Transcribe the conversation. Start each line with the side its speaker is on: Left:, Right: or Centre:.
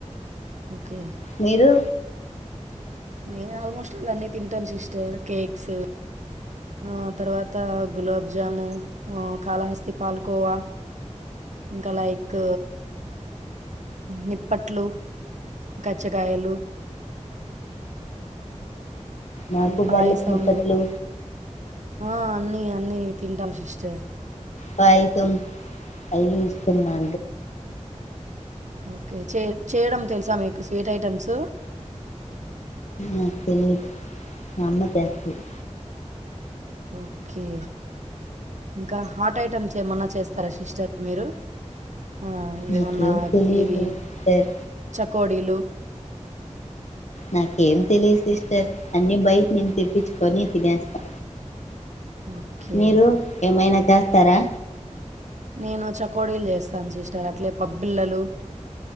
Right: ఓకే
Left: మీరు
Right: నేను ఆల్మోస్ట్ అల్ అన్ని తింటాను సిస్టర్ కేక్స్ ఆ తర్వాత గులాబ్జాము ఆ కాళహస్తి పాల్కోవా ఇంకా లైక్ ని ప్పట్లు గచ్చగాయలు
Left: నాకు
Right: పాయసము
Left: బెల్లపు నిప్పట్లు
Right: ఆ అన్నీ అన్నీ తింటాం సిస్టర్
Left: పాయిసం అయ్య ఇస్తున్నా
Right: ఓకే చే చేయడం తెలుసా మీకు స్వీట్ ఐటమ్స్
Left: ఆ తెలిదు అమ్మ చేస్తది
Right: ఓకే ఇంకా హాట్ ఐటెమ్స్ ఏమన్నా చేస్తారా సిస్టర్ మీరు ఆ ఏమన్నా
Left: నాకేం తెలియదు
Right: ఇవి
Left: సిస్టర్
Right: చకోడీలు
Left: నాకేం తెలిదు సిస్టర్ అన్ని బయట నేను తేపించుకొని తినేస్తా
Right: ఓకే
Left: మీరు ఏమైనా చేస్తారా
Right: నేను చకోడీలు చేస్తాను సిస్టర్ అట్లే పబ్బిళ్ళలు